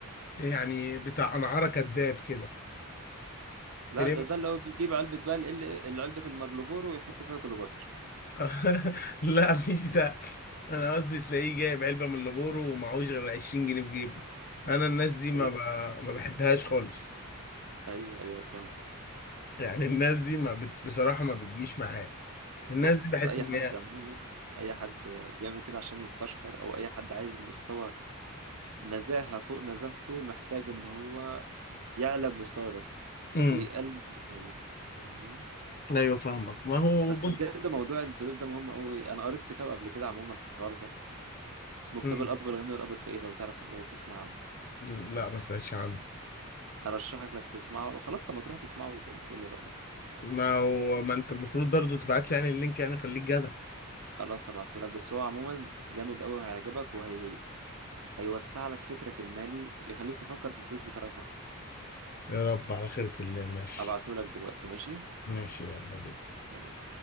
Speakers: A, on the left; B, on the right.
A: يعني بتاع انعاره كذاب كده
B: لا
A: تلاقيه
B: ده ده
A: مثلا
B: اللي هو بيجيب علبة بقى ال- ال- علبة المارلبورو ويحط فيها كليوباترا
A: <laughs> لا مش ده انا قصدي تلاقيه جايب علبه من لابورو ومعهوش غير 20 جنيه في جيبه انا الناس دي ما
B: ايوه
A: ب... ما بحبهاش خالص
B: ايوه أيوة، فاهم
A: يعني الناس دي ما بت... بصراحة ما بتجيش معايا الناس
B: بص
A: دي بحس
B: اي
A: ان
B: حد
A: هي
B: عموما اي حد بيعمل كده عشان يتفشخر او اي حد عايز مستوى نزاهة فوق نزاهته محتاج ان هو يعلى بمستوى دخله
A: امم
B: ويقلل من رفاهيته فاهمني؟
A: ايوه فاهمك ما هو
B: بس
A: بص
B: بجد موضوع الفلوس ده مهم قوي انا قريت كتاب قبل كده عموما في الحوار ده اسمه كتاب
A: امم
B: الاب الغني والاب الفقير لو تعرف لو تسمع عنه
A: لا ما سمعتش عنه
B: ارشحك انك تسمعه لو خلاص لما تروح تسمعه وت- وتقولي رايك
A: ما هو ما انت المفروض برضو تبعت لي يعني اللينك يعني خليك جدع
B: خلاص هبعتهولك بس هو عموما جامد قوي وهيعجبك وهي هيوسع لك فكرك المالي يخليك تفكر في الفلوس بطريقه صح
A: يا رب على خيرة الله ماشي
B: هبعتهولك دلوقتي ماشي
A: ماشي يلا دول
B: سلام